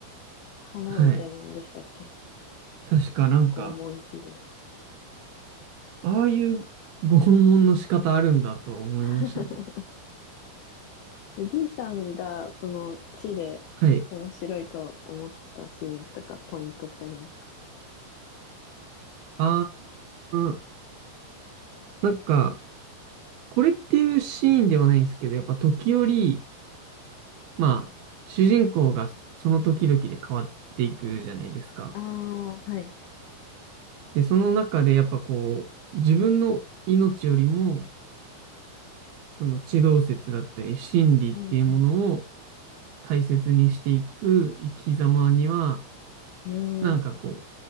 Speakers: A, on the left (about 80°); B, on the right (about 75°).
A: 花みたいなんでしたっけ
B: はい。確かなんか、
A: 拷問器具。
B: ああいうご訪問の仕方あるんだとは思いましたね。
A: <laughs> で B さんが、その、地で面白いと思ったシーンとか、
B: はい。
A: ポイントってありますか
B: あー、なんか、これっていうシーンではないんですけど、やっぱ時折、まあ、主人公がその時々で変わっていくじゃないですか。
A: ああー、はい。
B: で、その中でやっぱこう、自分の命よりも、その地動説だったり、真理っていうものを
A: はい、はい。
B: 大切にしていく生き様には、
A: うーん。
B: なんかこう、